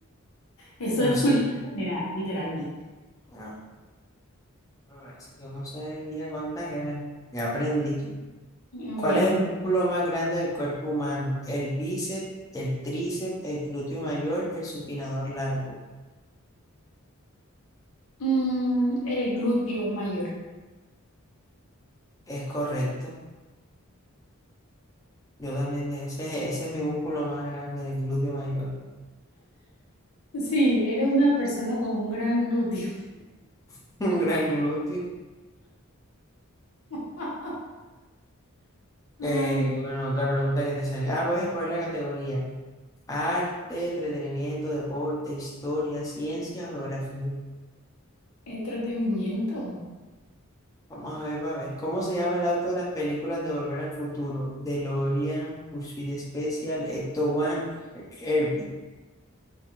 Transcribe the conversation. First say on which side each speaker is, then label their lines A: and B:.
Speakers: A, on the left; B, on the left.
A: eso
B: Pero
A: es
B: sí,
A: cultura general, literalmente.
B: ah, pero gracias. Yo no sabía cuántas eran. Ya aprendí.
A: Ah,
B: ¿Cuál
A: Bueno,
B: es el músculo más grande del cuerpo humano? El bíceps, el tríceps, el glúteo mayor, el supinador largo.
A: mm, el glúteo mayor.
B: Es correcto. Yo también, de- ese, ese es mi músculo más grande, el glúteo mayor.
A: Sí, eres una persona con un gran glúteo.
B: <laughs> Un gran glúteo.
A: <laughs> Ay,
B: Eh, bueno, otra pregunta que te salió. Ah, puedes escoger la categoría. Arte, entretenimiento, deporte, historia, ciencia, geografía.
A: entretenimiento.
B: Vamos a ver, para ver. ¿Cómo se llama el auto de las películas de Volver al Futuro? DeLorean, Pursuit Special, Ecto One, Her- Herbie.